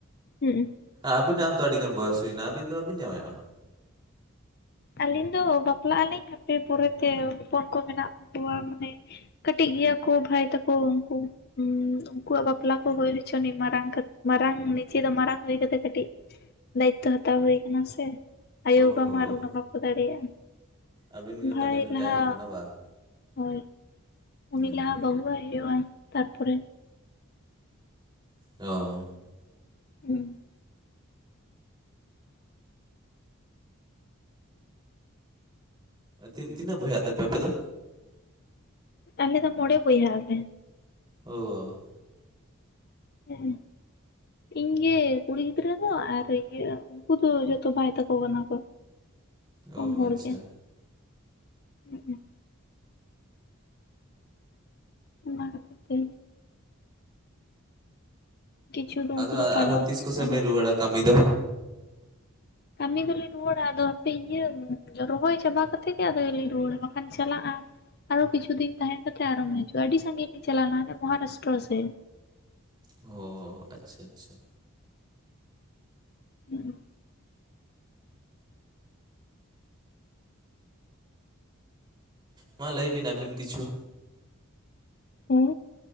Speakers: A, on the left (about 45°); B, on the right (about 20°).
A: ᱦᱩᱸ
B: ᱟᱵᱤᱱᱟᱜ ᱦᱚᱸᱛᱚ ᱟᱹᱰᱤᱜᱟᱱ ᱵᱚᱭᱚᱥ ᱦᱩᱭᱮᱱᱟ ᱟᱹᱵᱤᱱ ᱫᱚ ᱵᱟᱹᱵᱤᱱ ᱡᱟᱶᱟᱭᱚᱜᱼᱟ?
A: ᱟᱹᱞᱤᱧ ᱫᱚ ᱵᱟᱯᱞᱟᱜ ᱟᱹᱞᱤᱧ ᱦᱟᱯᱮ ᱯᱚᱨᱮᱛᱮ ᱦᱚᱯᱚᱱ ᱠᱚ ᱢᱮᱱᱟᱜ ᱠᱚᱣᱟ ᱢᱟᱱᱮ ᱠᱟᱹᱴᱤᱡ ᱜᱮᱭᱟ ᱠᱚ ᱵᱷᱟᱭ ᱛᱟᱠᱚ ᱩᱱᱠᱩ ᱦᱩᱸ ᱩᱱᱠᱩᱣᱟᱜ ᱵᱟᱯᱞᱟ ᱠᱚ ᱦᱩᱭ ᱦᱚᱪᱚ ᱟᱱᱤ ᱢᱟᱨᱟᱝ ᱢᱟᱨᱟᱝ ᱱᱤᱡᱮ ᱫᱚ ᱢᱟᱨᱟᱝ ᱦᱩᱭ ᱠᱟᱛᱮ ᱠᱟᱹᱴᱤᱡ ᱫᱟᱭᱤᱛᱛᱚ ᱦᱟᱛᱟᱣ ᱦᱩᱭ ᱠᱟᱱᱟ ᱥᱮ ᱟᱭᱳ
B: ᱚ
A: ᱵᱟᱵᱟ
B: ᱦᱚᱸ
A: ᱢᱟ ᱟᱨ ᱩᱱᱟ ᱫᱟᱲᱮᱭᱟᱜᱼᱟ,
B: ᱟᱹᱵᱤᱱ ᱜᱮ
A: ᱵᱷᱟᱭ
B: ᱛᱟᱦᱚᱞᱮ ᱵᱤᱱ
A: ᱞᱟᱦᱟ
B: ᱛᱟᱭᱚᱢ ᱟᱠᱟᱱᱟ ᱵᱟᱝ
A: ᱦᱳᱭ
B: ᱦᱩᱸ
A: ᱩᱱᱤ ᱞᱟᱦᱟ ᱵᱟᱹᱦᱩ ᱟᱭ ᱦᱩᱭᱩᱜᱼᱟ ᱛᱟᱨᱯᱚᱨᱮ
B: ᱚ
A: ᱦᱩᱸ
B: ᱛᱤᱱ ᱛᱤᱱᱟᱹᱜ ᱵᱚᱭᱦᱟᱜ ᱛᱮᱯᱮ ᱟᱯᱮ ᱫᱚ
A: ᱟᱞᱮ ᱫᱚ ᱢᱚᱬᱮ ᱵᱚᱭᱦᱟᱜ ᱟᱞᱮ
B: ᱚ
A: ᱦᱮᱸ ᱤᱧ ᱜᱮ ᱠᱩᱲᱤ ᱜᱤᱫᱽᱨᱟᱹ ᱫᱚ ᱟᱨ ᱤᱭᱟᱹ ᱩᱱᱠᱩ ᱫᱚ ᱡᱷᱚᱛᱚ ᱵᱷᱟᱭ ᱛᱟᱠᱚ ᱠᱟᱱᱟ ᱠᱚ
B: ᱚ
A: ᱯᱩᱱ ᱦᱚᱲ
B: ᱟᱪᱪᱷᱟ
A: ᱜᱮ ᱦᱚᱜ ᱚᱸ ᱚᱱᱟ ᱠᱷᱟᱹᱛᱤᱨ ᱛᱮ ᱠᱤᱪᱷᱩ ᱫᱚ
B: ᱟᱫᱚ
A: ᱩᱱᱠᱩ ᱫᱚ ᱯᱟᱲᱦᱟᱣ
B: ᱟᱨᱦᱚᱸ ᱛᱤᱥ
A: ᱦᱩᱭᱩᱜ
B: ᱠᱚᱥᱮᱱ
A: ᱠᱟᱱᱟ᱾
B: ᱵᱤᱱ ᱨᱩᱣᱟᱹᱲᱟ ᱠᱟᱹᱢᱤ ᱫᱚ
A: ᱠᱟᱹᱢᱤ ᱫᱚᱞᱤᱧ ᱨᱩᱣᱟᱹᱲᱟ ᱟᱫᱚ ᱦᱟᱯᱮ ᱤᱭᱟᱹ ᱨᱚᱦᱚᱭ ᱪᱟᱵᱟ ᱠᱟᱛᱮ ᱜᱮ ᱟᱫᱚ ᱞᱤᱧ ᱨᱩᱣᱟᱹᱲᱟ ᱵᱟᱠᱷᱟᱱ ᱪᱟᱞᱟᱜᱼᱟ ᱟᱨᱦᱚᱸ ᱠᱤᱪᱷᱩ ᱫᱤᱱ ᱛᱟᱦᱮ ᱠᱟᱛᱮ ᱟᱨᱦᱚᱢ ᱦᱤᱡᱩᱜᱼᱟ ᱟᱹᱰᱤ ᱥᱟᱺᱜᱤᱧ ᱞᱤᱧ ᱪᱟᱞᱟᱣ ᱞᱮᱱᱟ ᱦᱟᱱᱮ ᱢᱚᱦᱟᱨᱟᱥᱴᱨᱚ ᱥᱮᱫ
B: ᱚ ᱟᱪᱪᱷᱟ ᱟᱪᱪᱷᱟ
A: ᱦᱩᱸᱜ ᱚ
B: ᱢᱟ ᱞᱟᱹᱭ ᱵᱤᱱ ᱟᱹᱵᱤᱱ ᱠᱤᱪᱷᱩ
A: ᱦᱮᱸ,